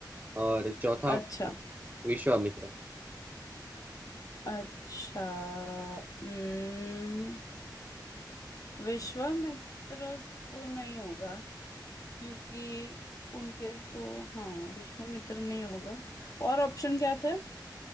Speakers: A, on the right; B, on the left.
A: और चौथा
B: अच्छा
A: विश्वामित्र
B: अच्छा हम्म, विश्वामित्र तो नहीं होगा क्योंकि उनके तो हाँ विश्वामित्र नहीं होगा और ऑप्शन क्या थे